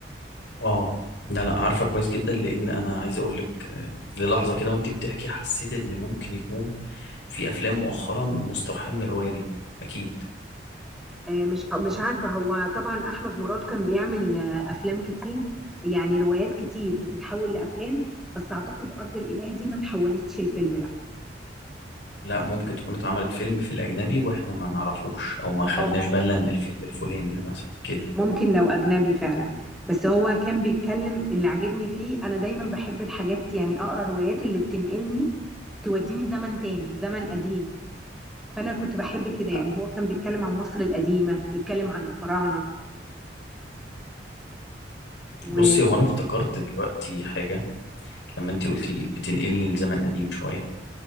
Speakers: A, on the left; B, in the centre.
A: اه لا لا عارفه كويس جدا لان انا عايز اقول لك آه، للحظه كده وانت بتحكي حسيت ان ممكن يكون في افلام مؤخرا مستوحاه من الروايه دي اكيد
B: آه، مش آه، مش عارفة هو طبعا احمد مراد كان بيعمل آه، افلام كتير يعني روايات كتير بتتحول لافلام بس اعتقد ارض الاله دي ما تحولتش الفيلم لا
A: لا ممكن تكون اتعملت فيلم في الاجنبي واحنا ما نعرفوش او ما خدناش
B: اه
A: بالنا ان الفيلم الفلاني ده مثلا كده
B: ممكن لو أجنبي فعلا بس هو كان بيتكلم اللي عجبني فيه أنا دايما بحب الحاجات يعني أقرأ روايات اللي بتنقلني توديني زمن تاني زمن قديم فأنا كنت بحب كده يعني
A: آه،
B: هو كان بيتكلم عن مصر القديمة بيتكلم عن الفراعنة وكان
A: بصي هو انا افتكرت دلوقتي حاجه لما انت قلتي لي بتنقلني لزمن قديم شويه